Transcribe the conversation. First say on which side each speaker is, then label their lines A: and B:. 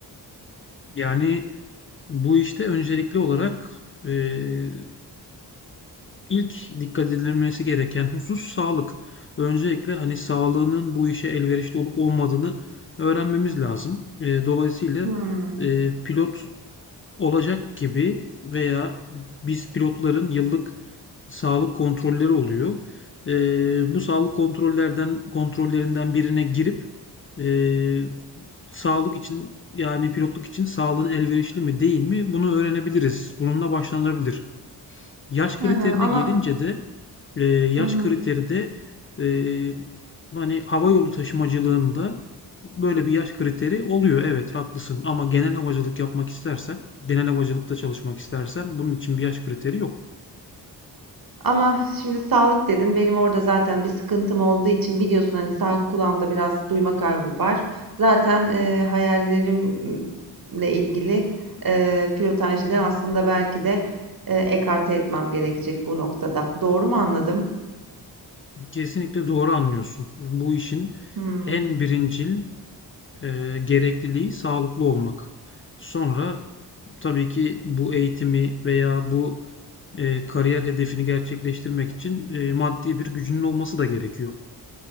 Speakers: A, on the left; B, on the right.
A: Yani bu işte öncelikli olarak eee, ilk dikkat edilmesi gereken husus sağlık. Öncelikle hani sağlığının bu işe elverişli olup olmadığını öğrenmemiz lazım. Eee, dolayısıyla
B: Hmm.
A: e, pilot olacak gibi veya biz pilotların yıllık sağlık kontrolleri oluyor. Ee, bu sağlık kontrollerden kontrollerinden birine girip ee, sağlık için yani pilotluk için sağlığın elverişli mi değil mi bunu öğrenebiliriz. Bununla başlanabilir. Yaş kriterine
B: Hı hı, ama
A: gelince de ee,
B: hı
A: yaş
B: hı.
A: kriteri de ee, hani hava yolu taşımacılığında böyle bir yaş kriteri oluyor. Evet haklısın ama genel havacılık yapmak istersen, genel havacılıkta çalışmak istersen bunun için bir yaş kriteri yok.
B: Ama şimdi sağlık dedin. Benim orada zaten bir sıkıntım olduğu için biliyorsun hani sağ kulağımda biraz duyma kaybı var. Zaten e, hayallerimle ilgili e, pilotajlığı aslında belki de e, ekarte etmem gerekecek bu noktada. Doğru mu anladım?
A: Kesinlikle doğru anlıyorsun. Bu işin
B: Hmm.
A: en birincil e, gerekliliği sağlıklı olmak. Sonra tabii ki bu eğitimi veya bu e, kariyer hedefini gerçekleştirmek için e, maddi bir gücünün olması da gerekiyor.